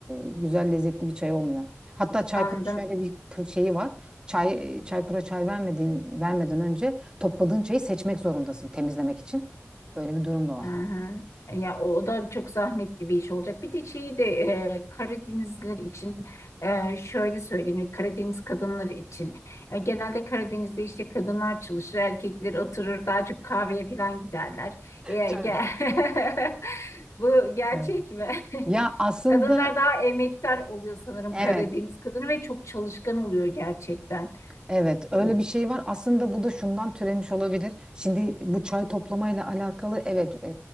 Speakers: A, on the right; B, on the left.
A: e, güzel lezzetli bir çay olmuyor. Hatta Çaykur
B: Anladım.
A: şöyle bir pr- şeyi var. Çay e, Çaykur'a çay vermediğin vermeden önce topladığın çayı seçmek zorundasın temizlemek için. Böyle bir durum da var.
B: Hı hı. E, Ya o da çok zahmetli bir iş olacak. Bir de şeyi de e, Karadenizliler için e, şöyle söyleyeyim, e, Karadeniz kadınları için. E, genelde Karadeniz'de işte kadınlar çalışır, erkekler oturur, daha çok kahveye falan giderler. E,
A: Çay,
B: ge- <laughs> Bu gerçek
A: Evet.
B: mi?
A: Ya
B: <laughs>
A: aslında
B: Kadınlar daha emektar oluyor sanırım
A: evet
B: Karadeniz kadını ve çok çalışkan oluyor gerçekten.
A: Evet, öyle
B: Hı.
A: bir şey var. Aslında bu da şundan türemiş olabilir. Şimdi bu çay toplamayla alakalı evet e,